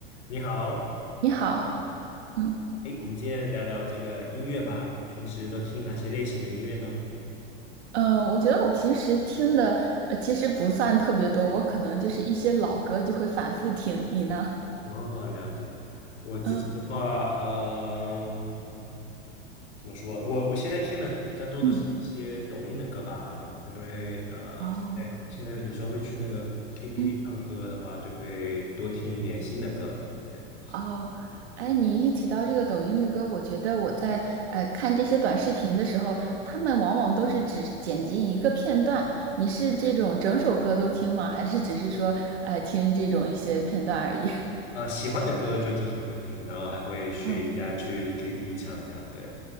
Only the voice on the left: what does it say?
你好，
哎，我们今天聊聊这个音乐吧。你平时都听哪些类型的音乐呢？
哦，了解。我自己的话，
嗯，怎么说？我我现在听的比较多的是一些抖音的歌吧，
因为呃，
现在现在有时候会去那个 KTV
唱歌的话，就会多听一点新的歌。对，
呃，喜欢的歌就这首歌听，然后还会学一下去
KTV 唱这样。对，